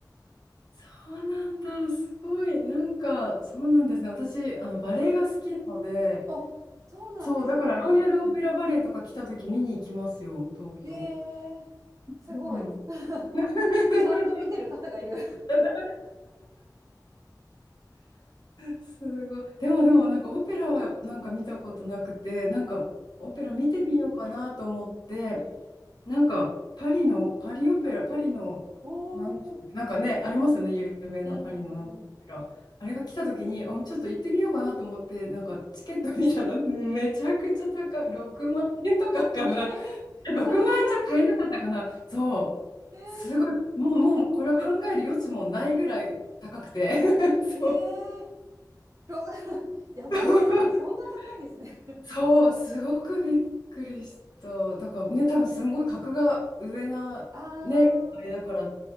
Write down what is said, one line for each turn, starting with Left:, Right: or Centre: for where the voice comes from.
Left: そうなんだ。すごい。なんか、そうなんですね。私、あの、バレエが好きなので、
Right: うんあ、そうなんですね。
Left: そう、だからロイヤルオペラバレエとか来た時見に行きますよ、東京。
Right: ええすごい。
Left: うん。
Right: <laughs>
Left: <laughs>
Right: ちゃんと見てる方がいる。
Left: なんだすごい。でもでもなんかオペラはなんか見たことなくて、なんかオペラ見てみようかなと思って、
Right: <laughs> うんうん。
Left: なんかパリの、パリオペラ、パリの、
Right: <laughs> おお、
Left: なんでしたっけ、
Right: うん
Left: なんかね、ありますよね、有名なパリのなんとかオペラ。
Right: うんうんうん。
Left: あれが来た時に、あ、ちょっと行ってみようかなと思って、なんかチケット見たらめちゃくちゃ高い、6万円とかかな。
Right: ええそんなた、
Left: 6万円じゃ買えなかったかな。そう。
Right: ええ高っ。
Left: すごい。もう、もう、これを考える余地もないぐらい高くて。<laughs> そう。
Right: ええろ <laughs> やばいですね。
Left: <laughs>
Right: そんな高いんですね。<laughs>
Left: そう、すごくびっくりした。だからね、多分すんごい格が上な、
Right: あ
Left: ね、あれだからっ
Right: あ、